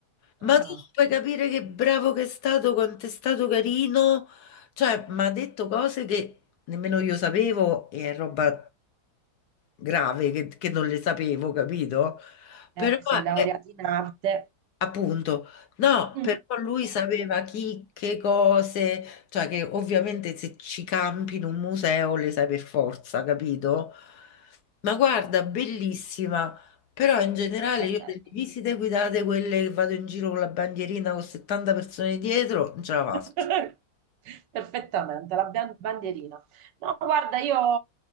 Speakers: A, on the left; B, on the right.
A: Ma
B: Ah.
A: tu non puoi capire che bravo che è stato, quanto è stato carino. Cioè, mi ha detto cose che nemmeno io sapevo e è roba grave che, che non le sapevo, capito?
B: Eh,
A: Però,
B: sei laureata
A: eh,
B: in arte.
A: appunto, no,
B: Mm.
A: però lui
B: <laughs>
A: sapeva chi, che cose, cioè che ovviamente se ci campi in un museo le sai per forza, capito? Ma guarda, bellissima, però in generale
B: Vabbè.
A: io delle visite guidate, quelle che vado in giro con la bandierina con 70 persone dietro, non ce la faccio.
B: <laughs> Perfettamente, la ban- bandierina. No, guarda, io